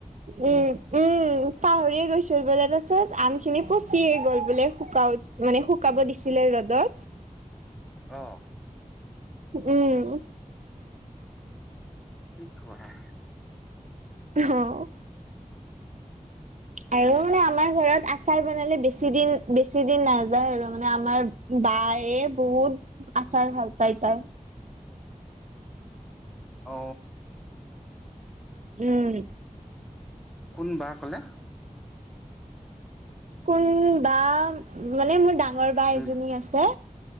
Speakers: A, on the right; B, in the centre.
A: উম উম পাহৰিয়ে গৈছিল বোলে তাৰ পিছত আমখিনি পচিয়ে গ'ল বোলে শুকাওত মানে শুকাব দিছিলে ৰ'দত
B: অ।
A: উম।
B: কি খোৱা
A: অ। আৰু
B: এ
A: মানে আমাৰ ঘৰত আচ- চাৰ বনালে বেছি দিন বেছি দিন নাযায় আৰু মানে আমাৰ বায়ে বহুত আচাৰ ভাল পাই তাই।
B: অ।
A: উম।
B: কোন বা কলে?
A: কোন বা মানে মোৰ ডা- ডাঙৰ বা
B: উম
A: এজনী আছে